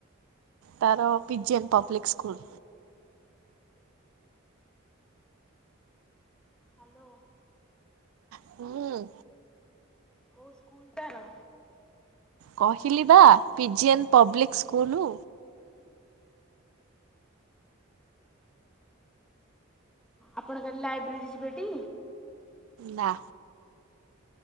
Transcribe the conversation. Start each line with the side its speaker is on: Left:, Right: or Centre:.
Right: ତାର ପିଜିଏନ୍ ପବ୍ଲିକ୍ ସ୍କୁଲ।
Centre: ହାଲୋ।
Right: ହୁଁ।
Centre: କୋଉ ସ୍କୁଲ ତାର।
Right: କହିଲି ବା ପିଜିଏନ୍ ପବ୍ଲିକ ସ୍କୁଲ।
Centre: ଆପଣ କାଲି ଲାଇବ୍ରେରୀ ଯିବେଟି।
Right: ନା।